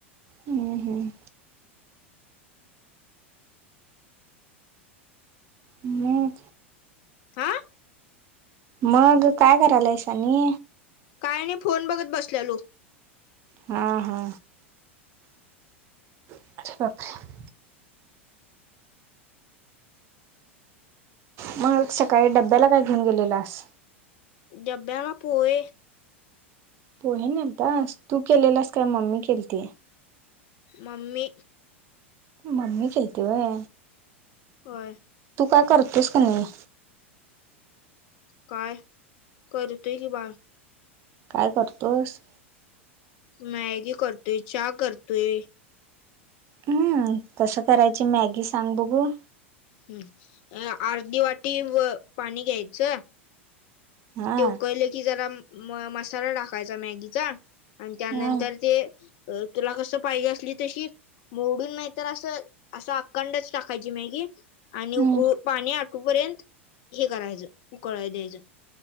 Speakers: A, on the right; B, on the left.
A: हम्म हम्म. मग?
B: हा?
A: मग काय करायलायस अनी?
B: काय नई फोन बघत बसलेलो.
A: हा हा. <unintelligible> मग सकाळी डब्ब्याला काय घेऊन गेलेलास?
B: डब्याला पोहे.
A: पोहे नेलतास तू केलेलास काय मम्मी केलीती.
B: मम्मी.
A: म्ममी केलती वय.
B: व्हय.
A: तू काय करतोस का नाही.
B: काय करतोय की बाळ.
A: काय करतोस?
B: मॅगी करतोय चाहा करतोय.
A: हम्म कसं करायच मॅगी सांग बघू?
B: हम्म अर्धी वाटी व पाणी घ्यायचं.
A: हा
B: ते उकळले की जरा म मसाला टाकायचा मॅगीचा आणि त्यानंतर
A: हा
B: ते अ तुला कसं पाहिजे असली तशी. मोडून नाही तर असं असं अखंडच टाकायची मॅगी. आणि
A: हम्म
B: उकळु पाणी आठूपर्यंत हे करायचं उकळाय द्यायचं.